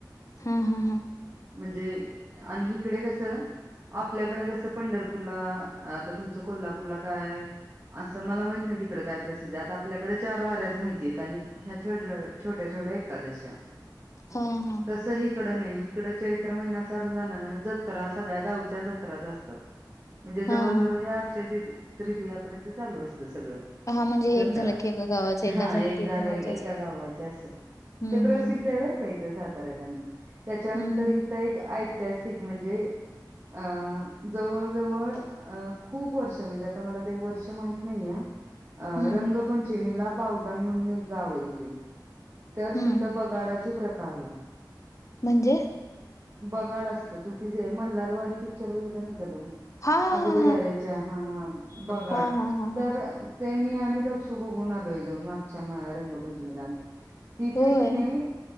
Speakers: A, on the left; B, on the right.
A: हा हा
B: म्हणजे आन ही हीकडे कसं आपल्याकडं कसं पंढर पूरला आता तुमचं कोल्हापूरला काय, असं मला महित नाही तिकडे काय प्रसिद्ध हाय, आता आपल्याकडे चार वाऱ्याच माहितीय आहेत आणि ह्या <inaudible> छोट्या छोट्या एकादशा,
A: हा हा
B: तसं हिकड ड नई हिकडं चैत्र महिना चालू झाला ना ज त्रा सगळ्या गावच्या जत्राच असतात. म्हणजे जवळजवळ
A: हा
B: हे अक्षय तीत तृतीयापर्यंत चालू अस सगळं,
A: हा म्हणजे
B: जत्रा
A: एक झालं की एका गावाचं एका
B: हा
A: झालं
B: एक
A: की
B: झाल्या
A: गावाचं असं
B: एका गावाची असं
A: हम्म
B: ते प्रसिद्ध
A: हम्म
B: आहे बर का इथ सा तर येतानी. त्याच्यानंतर
A: हम्म
B: हिथं एक ऐ त्यासि म्हणजे अ जवळ जवळ अ खूप वर्ष म्हणजे आता मला ते वर्ष माहित नाहीय. अ
A: हम्म
B: रंगपंचमी ला बावधन म्हणून एक गाव आहे तेे. तर
A: हम्म
B: तिथं बगाडाची प्र ता आहे.
A: म्हणजे
B: बगाड असतं तू तिजे मल्हार वारी पिक्चर बघितला नाही का तो?
A: हा हा
B: अगं बाई अरेच्या हा हा बगाड
A: हा हा हा हा
B: तर
A: हा हा
B: ते मी आणि दक्षु बघू बघून आलोय जाऊन मागच्या अ रंगपंचमीला आम्ही तिथे
A: होय
B: की नाही,